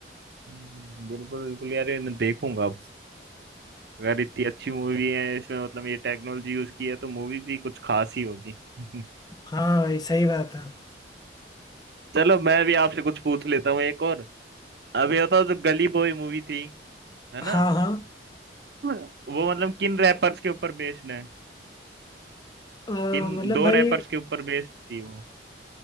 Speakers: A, on the right (about 60°); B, on the left (about 20°).
A: हम्म, बिल्कुल बिल्कुल यार ये मैं देखूंगा अगर इतनी अच्छी मूवी है इसमें मतलब ये टेक्नोलॉजी यूज की है तो मूवीज भी कुछ खास ही होगी <laughs>
B: हाँ भाई सही बात है
A: चलो मैं भी आपसे कुछ पूछ लेता हूँ एक और अब ये बताओ जो गली बॉय मूवी थी है ना
B: हाँ हाँ
A: वो मतलब किन रैपर्स के ऊपर बेस्ड है
B: अ,
A: किन
B: मतलब
A: दो
B: भाई
A: रैपर्स के ऊपर बेस्ड थी वो